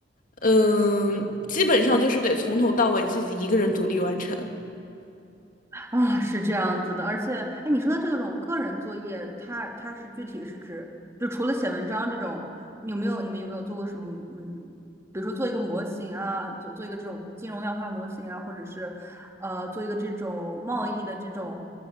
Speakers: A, on the left; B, on the right.
A: 嗯，基本上就是得从头到尾自己一个人独立完成。
B: 啊，是这样子的。而且，哎，你说的这种个人作业，它它是具体是指，就除了写文章这种，有没有你们有没有做过什么？嗯，比如说做一个模型啊，做做一个这种金融量化模型啊，或者是呃做一个这种贸易的这种